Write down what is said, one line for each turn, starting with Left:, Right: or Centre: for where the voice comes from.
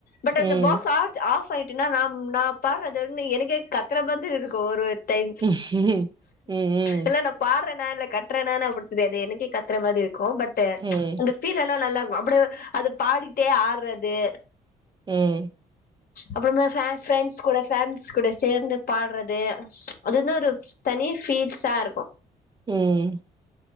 Left: பட்
Right: ம்,
Left: அந்த பாக்ஸ்
Right: ம்,
Left: ஆத் ஆஃப் பாய்ட்டனா ந நா பாட்றது வந்து எனக்கே கத்ர மாரி இருக்கு ஒரு டைம்
Right: ம், ம்,
Left: இல்ல நா பாட்ற நா இல்ல கத்ற நான <unintelligible> அது எனக்கே கத்ற மாதிரி இரு கோ பட்
Right: ம்,
Left: அந்த பீல்ல்லா நல்லா ம அப்டிய அது பாடிட்டே ஆட்றது
Right: ம்
Left: அப்றமா ஃபேன் ப்ரண்ட்ஸ் கூட ஃபேண்ட்ஸ் கூட சேர்ந்து பாட்றது அதுன்னா ஒரு தனி பீல் சா இருக்கு
Right: ம் ம்